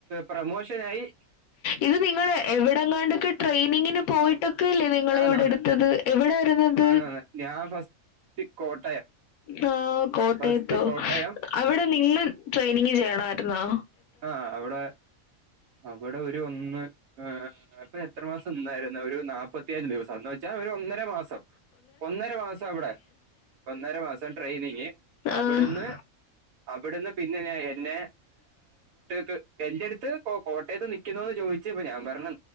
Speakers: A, on the right; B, on the left.
A: പ്രൊമോഷൻ ആയി.
B: ഇത് നിങ്ങള് എവിടെങ്ങാണ്ടൊക്കെ ട്രെയിനിങ്ങിന് പോയിട്ടൊക്കെ അല്ലേ നിങ്ങള
A: ആന്നാന്ന്
B: ഇവിടെ എടുത്തത്. എവിടൊയിരരുന്നുന്ത്.
A: ആന്നാന്ന് ഞാൻ ഫസ്റ്റ് കോട്ടയം
B: ആ കോട്ടയത്തോ
A: ഫസ്റ്റ് കോട്ടയം
B: അവിടെ നിന്ന് ട്രെയിനിങ് ചെയ്യണാരരുന്നോ?
A: ആഹ് അവിടെ അവിടെ ഒരു ഒന്ന്. ആഏർ ഇപ്പൊ എത്രമാസം നിന്നായിരുന്നു ഒരു നാല്പ്പത്തിയഞ്ച് ദിവസംന്ന് വെച്ചാൽ ഒരു ഒന്നര മാസം ഒന്നര മാസം അവിടെ ഒന്നര മാസം ട്രെയിനിങ് അവിടുന്ന്
B: ആഹ്
A: അവിടുന്ന് പിന്നെ ഞാൻ എന്നെ ക് എൻ്റെട്ത്ത് കോ കോട്ടയ്ത്ത് നിിക്കുന്നു എന്ന് ചോദിച്ചപ്പൊ ഞാൻ പർ